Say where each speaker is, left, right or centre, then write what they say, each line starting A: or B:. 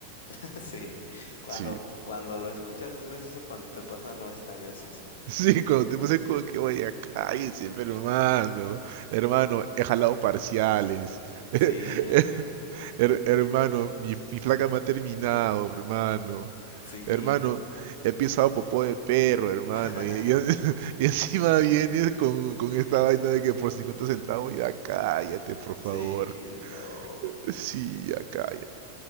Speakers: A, on the left (about 60°); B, on the right (about 50°).
A: <laughs> Sí. Cuando,
B: Sí.
A: cuando lo escuchas es gracioso, cuando te pasa no es tan gracioso.
B: <laughs> Sí, cuando te pasas como que, oye, ya cállense, pero hermano, hermano, he jalado parciales.
A: Sí,
B: <laughs>
A: ya sé.
B: Her- hermano, mi, mi flaca me ha terminado, hermano.
A: Sí.
B: Hermano, he pisado popó de perro, hermano.
A: <laughs>
B: Y, y- <laughs> y encima vienes con, con esta vaina de que por 50 centavos, ya cállate, por favor.
A: Sí, que no.
B: <laughs> Sí, ya cállate.